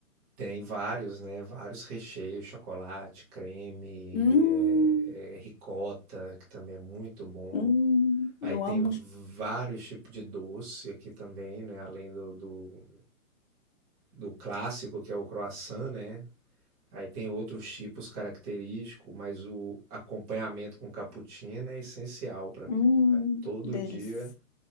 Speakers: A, in the centre; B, on the left.
A: Tem vários, né? Vários recheios, chocolate, creme,
B: Hum,
A: é, é, ricota, que também é muito bom.
B: hum,
A: Aí
B: eu
A: tem
B: amo
A: vários tipos de doce aqui também, né? Além do, do, do clássico, que é o croissant, né? Aí tem outros tipos característicos, mas o acompanhamento com cappuccino é essencial para mim.
B: Hum,
A: Ah, Todo
B: deles.
A: dia